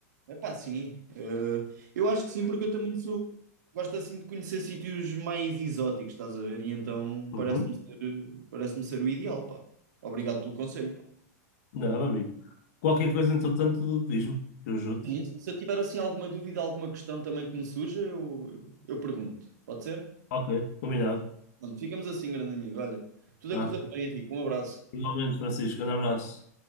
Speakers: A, on the right; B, on the left.
A: É pá, sim. Eh, eu acho que sim, porque eu também sou. Gosto assim de conhecer sítios mais exóticos, estás a ver? E então
B: Uhum.
A: parece-me ser, parece-me ser o ideal, pá. Obrigado pelo conselho, pá.
B: Nada, amigo. Qualquer coisa, entretanto, diz-me, que eu ajudo.
A: É isso. Se eu tiver assim alguma dúvida, alguma questão também que me surja, eu, eu, eu pergunto. Pode ser?
B: Ok, combinado.
A: Pronto, ficamos assim, grande amigo. Olha, tudo
B: Tá.
A: a correr bem, Henrique. Um abraço.
B: Igualmente, Francisco, um abraço.